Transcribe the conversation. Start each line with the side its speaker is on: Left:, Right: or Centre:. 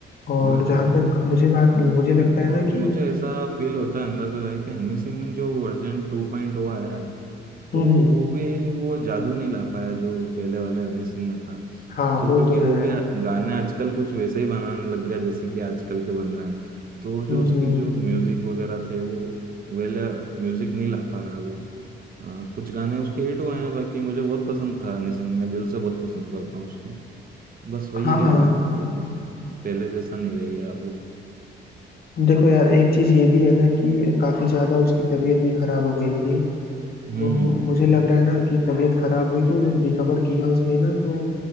Left: और
Right: बिल्कुल
Left: जहां तक मुझे बात मुझे
Right: और
Left: लगता है ना
Right: मुझे
Left: कि हम्म
Right: ऐसा फील होता है अंदर से भाई कि हनी सिंह जो वर्जन टू पॉइंट ओ आया है तो
Left: हम्म,
Right: वो भी वो जादू नहीं ला पाया जो पहले वाले हनी सिंह में था
Left: हाँ
Right: तो
Left: वो
Right: क्योंकि
Left: तो
Right: वो
Left: है
Right: भी आ- गाने आजकल कुछ वैसे ही बनाने लग गया जैसे कि आजकल के बन रहे हैं तो जो
Left: हम्म
Right: उसकी
Left: हम्म
Right: जो म्यूजिक वगैरह थे वो वेल म्यूजिक नहीं ला पा रहा है वो आ, कुछ गाने उसके हिट हुए हैं बाकी मुझे बहुत पसंद था हनी सिंह मैं दिल से बहुत पसंद करता हूँ उसको बस वही
Left: हाँ
Right: है
Left: हाँ
Right: कि अब पहले जैसा नहीं रह गया अब वो
Left: देखो यार एक चीज ये भी है ना कि काफी ज्यादा उसकी तबीयत भी खराब हो गई थी तो
Right: हम्म
Left: मुझे लग रहा है ना कि तबीयत खराब हुई तो जब रिकवर किया उसने ना तो